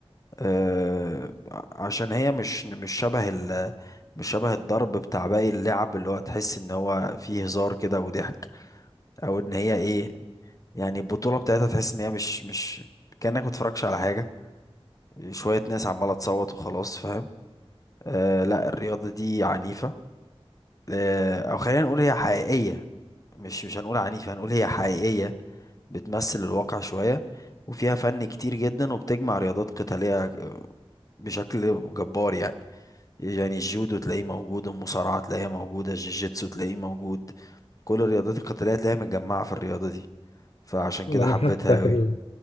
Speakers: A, on the left; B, on the left.
A: آه، ع- عشان هي مش مش شبه ال مش شبه الضرب بتاع باقي اللعب اللي هو تحس ان هو فيه هزار كده وضحك او ان هي ايه يعني البطولة بتاعتها تحس ان هي مش مش كأنك متفرجش على حاجة شوية ناس عمالة تصوت وخلاص فاهم آه لا الرياضة دي عنيفة آه او خلينا نقول هي حقيقية مش مش هنقول عنيفة هنقول هي حقيقية بتمثل الواقع شوية وفيها فن كتير جدا وبتجمع رياضات قتالية آه، بشكل جبار يعني يعني الجودو تلاقيه موجود المصارعة تلاقيها موجودة الجيجيتسو تلاقيه موجود كل الرياضات القتالية تلاقيها متجمعة في الرياضة دي فعشان
B: انا
A: كده حبيتها
B: حاسك
A: قوي
B: ال-